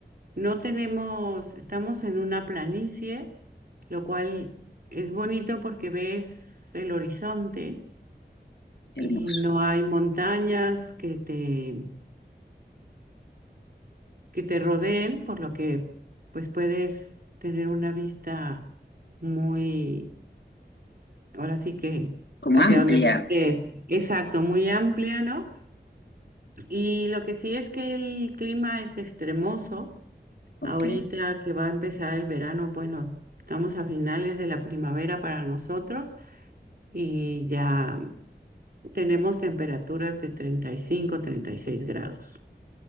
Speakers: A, on the right; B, on the left.
A: No tenemos, estamos en una planicie, lo cual es bonito porque ves el horizonte
B: hermoso.
A: y no hay montañas que te, que te rodeen, por lo que pues puedes tener una vista muy, ahora sí que
B: Como
A: hacia
B: amplia.
A: donde voltees. Exacto, muy amplia, ¿no? Y lo que sí es que el clima es extremoso.
B: Ok.
A: Ahorita que va a empezar el verano, bueno, estamos a finales de la primavera para nosotros y ya tenemos temperaturas de treinta treinta y cinco, treinta y seis grados.